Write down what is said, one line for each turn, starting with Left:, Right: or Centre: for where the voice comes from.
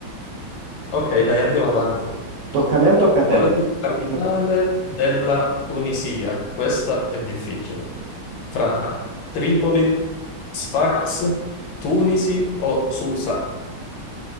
Left: Ok, dai, andiamo avanti.
Right: Tocca a me o tocca a
Left: Qual
Right: te?
Left: è la capitale
Right: Tocca.
Left: della Tunisia? Questa è difficile. Fra Tripoli, Sfax, Tunisi o Susa?